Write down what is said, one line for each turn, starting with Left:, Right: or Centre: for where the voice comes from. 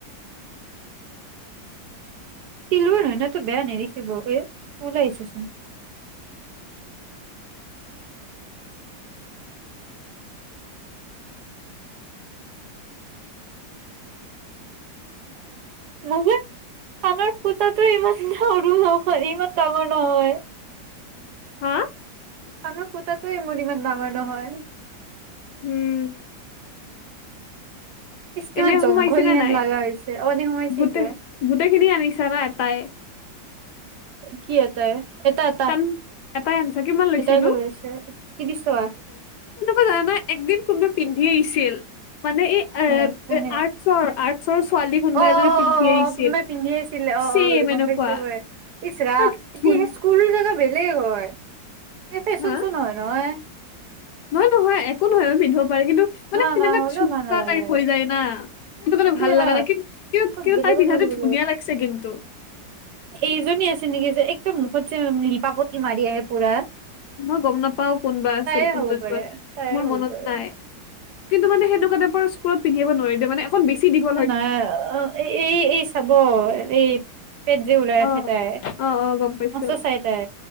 Right: চিলভাৰ হয় না তো বেয়া নেদেখিব। এ ওলাইছেচোন।
Left: <unintelligible>
Right: মোৰযে কানৰ ফুতাটো ইমান সৰু নহয়, ইমান ডাঙৰ নহয়।
Left: হা্।
Right: কানৰ ফুতাটোয়ে মোৰ ইমান ডাঙৰ নহয়।
Left: উম্।
Right: ইচ কিমান
Left: এনে
Right: জংঘলিহেন
Left: সোমাইছে নে নাই
Right: লগা হৈছে, অ', দে সোমাইছে
Left: গোটেই
Right: এতিয়া।
Left: গোটেইখিনি আনিছা না এটাই
Right: কি এটায় এটা এটা,
Left: কাণ এটাই আনিছা কিমান লৈছে
Right: এটাই লৈ
Left: নো
Right: আহিছে কি দিছে।
Left: তেনেকুৱা জানানা, একদিন কোনোবাই পিন্ধি আহিছিল। মানে এই
Right: উম্, কোনে?
Left: এ আৰ্টচৰ আৰ্টচৰ ছোৱালী কোনোবা
Right: অ'অ'অ',
Left: এজনী পিন্ধি আহিছিল।
Right: কোনোবাই পিন্ধি আহিছিলে, অ',
Left: ছেম
Right: অ'গম
Left: এনেকুৱা
Right: পাইছোঁ মই। ইচ্ ৰাম,
Left: তাই
Right: এতিয়া
Left: ধুন
Right: সেই স্কুলৰ জেগা বেলেগ হয়। ফেশ্বন
Left: হা
Right: শ্ব নহয় নহয়।
Left: নহয় নহয় একো নহয় মই পিন্ধিব পাৰি কিন্তু, মানে
Right: না
Left: সেনেকা
Right: না হ'লেও
Left: জুমকা
Right: ভাল নালাগে
Left: টাইপ হৈ যায় না। সেইটো কাৰণে
Right: সেইটোয়ে
Left: ভাল
Right: ন
Left: লগা নাই, কিন কিন্তু কিন্তু,
Right: বেলেগত
Left: তাই পিন্ধাটো
Right: হ'লে বেলেগত
Left: ধুনীয়া লাগিছে কিন্তু।
Right: এইজনী আছিল নেকি যে একদম মুখত যে মিলপাপতি মাৰি আহে পুৰা।
Left: মই গম নাপাওঁ কোনোবা আছিল
Right: তায়ে
Left: কোনজনী
Right: হ'ব পাৰে
Left: বা আছিল
Right: তায়ে
Left: মোৰ
Right: হ'ব
Left: মনত
Right: পাৰে
Left: নাই। কিন্তু মানে সেনেকোৱা টাইপৰ স্কুলত পিন্ধি আহিব নোৱাৰি দে মানে অকণ বেছি দিঘ-
Right: নহয় অ এই এই চাব এই- পেট যে ওলাই
Left: অ
Right: ৰাখে তাই।
Left: অ অ গম পাইছো
Right: মস্ত চাই তাই,